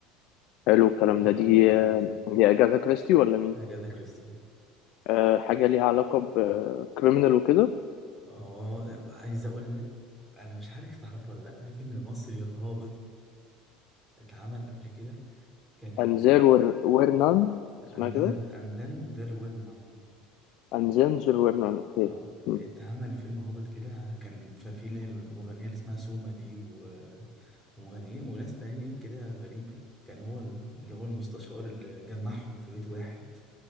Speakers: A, on the left; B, in the centre.
A: حلو الكلام
B: جامده
A: ده دي
B: جامده
A: آه، دي اجاثا كريستي ولا مين
B: اجاثا كريستي
A: آه حاجه ليها علاقه بكريمنال وكده
B: اه عايز اقول لك انا مش عارف تعرفها ولا لا في فيلم مصري هابط اتعمل قبل كده كان
A: أنذير ور... ورنان اسمها
B: and
A: كده
B: then there, and then there were none
A: أنذير ورنان أوكي
B: اه
A: م.
B: اتعمل فيلم هوبت كده كان فيه اللي هي المغنية اللي اسمها سوما دي و... ومغنيين وناس تانيين كده غريبة كان هو ال- اللي هو المستشار اللي جمعهم في بيت واحد